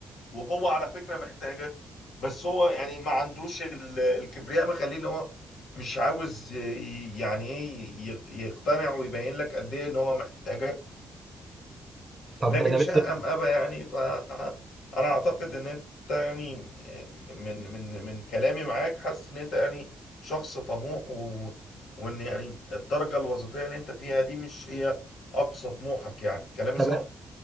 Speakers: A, on the left (about 75°); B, on the right (about 30°).
A: وهو على فكرة محتاجك بس هو يعني ما عندوش ال- الكبرياء مخليه ان هو مش عاوز ي- يعني ايه ي- يقتنع ويبين لك قد ايه ان هو محتاجك
B: طب
A: لكن
B: ده جميل
A: شاء
B: جدا.
A: ام ابى يعني فانا اعتقد ان انت يعني من من من كلامي معاك حاسس ان انت يعني شخص طموح و وان يعني الدرجة الوظيفية اللي انت فيها دي مش هي اقصى طموحك يعني كلامي
B: طب
A: صح؟